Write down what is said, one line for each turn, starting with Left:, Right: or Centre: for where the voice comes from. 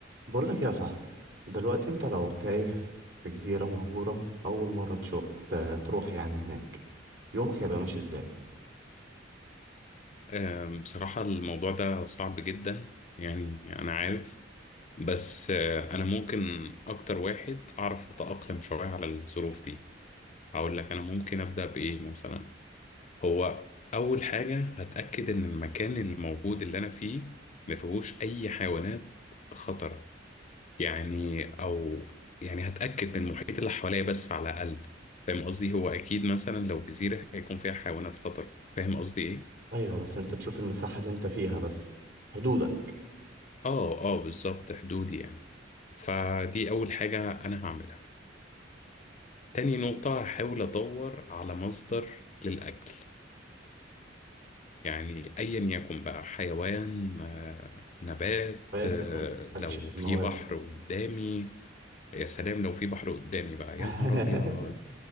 Right: بقول لك يا صاحبي دلوقتي انت لو تايه في جزيرة مهجورة أول مرة تشو... ت- تروح يعني هناك يومك هيبقى ماشي ازاي؟
Left: آم، بصراحة الموضوع ده صعب جدا يعني أنا عارف بس آه، أنا ممكن أكتر واحد أعرف أتأقلم شوية على الظروف دي هقول لك أنا ممكن أبدأ بإيه مثلا هو أول حاجة هتأكد إن المكان الموجود اللي أنا فيه ما فيهوش أي حيوانات خطرة يعني أو يعني هتأكد من المحيط اللي حواليا بس على الأقل فاهم قصدي هو أكيد مثلا لو جزيرة هيكون فيها حيوانات خطر فاهم قصدي إيه؟
Right: أيوة بس انت تشوف المساحة اللي انت فيها بس حدودك
Left: آه آه بالظبط حدودي يعني فدي أول حاجة أنا هعملها تاني نقطة هحاول أدور على مصدر للأكل يعني أيا يكن بقى حيوان آه، نبات
Right: فتبدأ
Left: آه،
Right: تستكشف
Left: لو في
Right: الموارد
Left: بحر قدامي يا سلام لو في بحر قدامي بقى
Right: <laughs>
Left: يا نهار أبيض